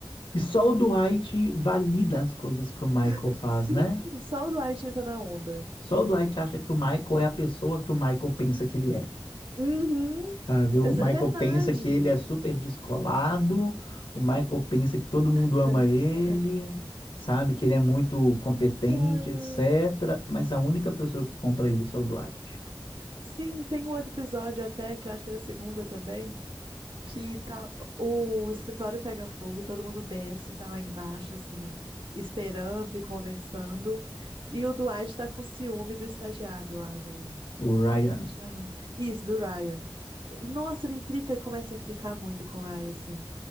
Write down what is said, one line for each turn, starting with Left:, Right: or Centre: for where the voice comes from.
Left: E só o Dwight valida as coisas que o Michael
Right: Eu
Left: faz,
Right: fico, Sim,
Left: né?
Right: só o Dwight entra na onda.
Left: Só o Dwight acha que o Michael é a pessoa que o Michael pensa que ele é.
Right: Uhum.
Left: Sabe? O
Right: exa-
Left: Michael
Right: Verdade.
Left: pensa que ele é super descolado, o Michael pensa que todo mundo
Right: <laughs>
Left: ama
Right: Verdade.
Left: ele, sabe? Que ele é muito competente,
Right: Cara.
Left: etc. Mas a única pessoa que compra isso é o Dwight,
Right: Sim, tem um outro episódio até, que eu acho que é da segunda também que tá, o escritório pega fogo e todo mundo desce, tá lá embaixo, assim, esperando e conversando. E o Dwight tá com ciúme do estagiário lá do.
Left: o Ryan.
Right: Como é que ele chama? Isso, do Ryan. Nossa, ele implica e começa a implicar muito com o Ryan, assim.